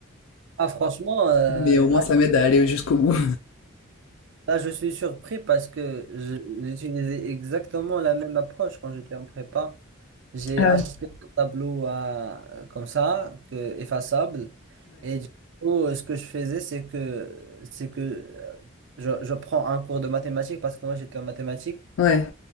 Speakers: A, on the right; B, on the left.
A: Ah, franchement, euh,
B: mais au moins,
A: là,
B: ça m'aide à aller jusqu'au bout.
A: Là, je suis surpris parce que je- j'utilisais exactement la même approche quand j'étais en prépa. J'ai
B: Ah
A: acheté
B: ouais. <laughs>
A: un tableau à, comme ça, que, effaçable. Et du coup, euh, ce que je faisais, c'est que, c'est que euh, je, je prends un cours de mathématiques parce que moi, j'étais en mathématiques.
B: Ouais,